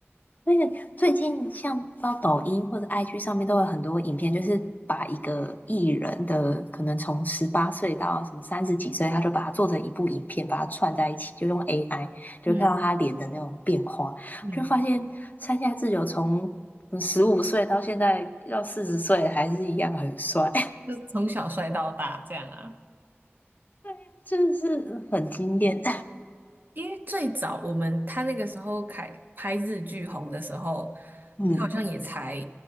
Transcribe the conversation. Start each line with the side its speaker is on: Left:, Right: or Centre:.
Left: 那个最近像到抖音或者 IG 上面都有很多影片，就是把一个艺人的可能从十八岁到什么三十几岁，他就把它做成一部影片，把它串在一起，就用 AI 就看到他脸的那种变化，
Right: 嗯嗯。
Left: 就发现山下智久从十五岁到现在要四十岁还是一样很帅，
Right: 就从小帅到大这样啊。
Left: <laughs> 对呀，真的是很惊艳。
Right: 因为最早我们他那个时候开拍日剧红的时候，
Left: <laughs> 嗯，
Right: 他好像也才